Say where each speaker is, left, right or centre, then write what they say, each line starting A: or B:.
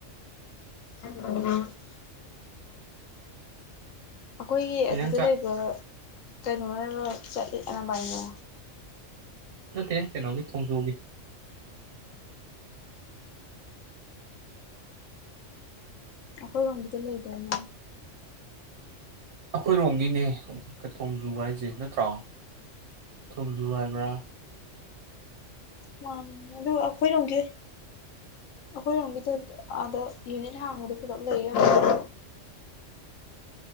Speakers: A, on the left (about 80°); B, on the right (about 70°).
A: <inaudible> ꯑꯈꯣꯏꯒꯤ
B: ꯀꯩ
A: ꯑꯗꯨꯗ
B: ꯏꯟꯖꯥꯡ ꯆꯥ
A: ꯂꯩꯕ ꯀꯩꯅꯣꯅ ꯂꯣꯢ ꯆꯠꯂꯤ ꯑꯔꯥꯝꯕꯥꯏꯒ
B: ꯅꯠꯇꯦ ꯀꯩꯅꯣꯒꯤ ꯊꯣꯡꯖꯨꯒꯤ
A: ꯑꯈꯣꯏ ꯔꯣꯝꯒꯤꯗ ꯂꯩꯗꯥꯢꯅꯦ
B: ꯑꯈꯣꯏꯔꯣꯝꯒꯤꯅꯦ ꯊꯣꯡꯖꯨ ꯍꯥꯏꯁꯦ ꯅꯠꯇ꯭ꯔꯣ ꯊꯨꯝꯖꯨ ꯍꯥꯏꯕ꯭ꯔꯥ
A: ꯃꯥ ꯑꯗꯨ ꯑꯈꯣꯏꯔꯣꯝꯒꯤ ꯑꯈꯣꯏꯔꯣꯝꯒꯤꯗ ꯑꯥꯗ ꯌꯨꯅꯤꯠ ꯍꯥꯡꯕꯗꯣ ꯄꯨꯂꯞ ꯂꯩ <unintelligible>